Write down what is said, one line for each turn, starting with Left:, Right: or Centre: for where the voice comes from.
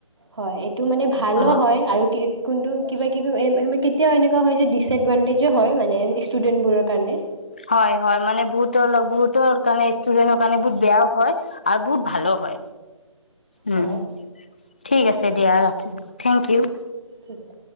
Right: হয়। টো মানে ভালো
Left: অ
Right: হয় আৰু কোনটো কিবা কিবি কেতিয়াও এনেকুৱা হয় যে ডিচএডভানটেজো হয় মানে ষ্টুডেন্টবোৰৰ কাৰণে।
Left: হয়, হয় মানে বহুত বহুতৰ কাৰণে ষ্টুডেন্টৰ কাৰণে বহুত বেয়াও হয় আৰু বহুত ভালো হয়। উম।
Right: হয়
Left: ঠিক আছে দিয়া ৰাখিলোঁ থেংকইউ।
Right: ঠিক আছে